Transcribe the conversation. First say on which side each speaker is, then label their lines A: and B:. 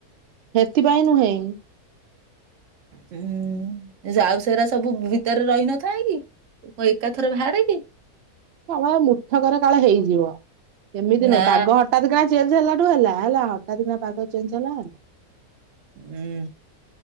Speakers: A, on the right; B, on the right.
A: ସେଥିପାଇଁ ନୁହେଁ
B: ହୁଁ ଯାଉସରା ସବୁ ଭିତରେ ରହିନଥାଏ କି ମୁଁ ଏକା ଥର ବାହାରରେ କି
A: ସମ ମୁଠକରେ କାଳ ହେଇଯିବ ସେମିତି
B: ନା
A: ନୁହେଁ ପାଗ ହଠାତ କାଁ ଜେଲ୍ ହେଲାଠୁ ହେଲା ହେଲା <inaudible> ରାତି ପାଘ ଚେଞ୍ ହେଲା ହୁଁ
B: ଉଁ